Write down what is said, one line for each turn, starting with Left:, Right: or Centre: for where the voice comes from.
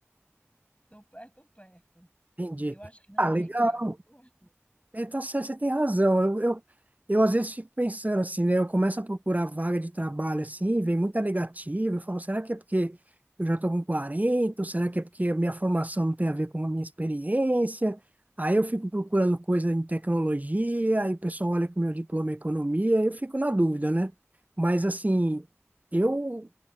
Left: estou perto, perto.
Right: Entendi.
Left: Eu acho que não
Right: Ah,
Left: tem
Right: legal.
Left: idade, viu, Arthur?
Right: É, tá certo, você tem razão. Eu, eu, eu às vezes fico pensando assim, né? Eu começo a procurar vaga de trabalho assim, vem muita negativa. Eu falo, será que é porque eu já estou com quarenta Ou será que é porque a minha formação não tem a ver com a minha experiência? Aí eu fico procurando coisa em tecnologia, aí o pessoal olha que o meu diploma é economia, eu fico na dúvida, né? Mas assim, eu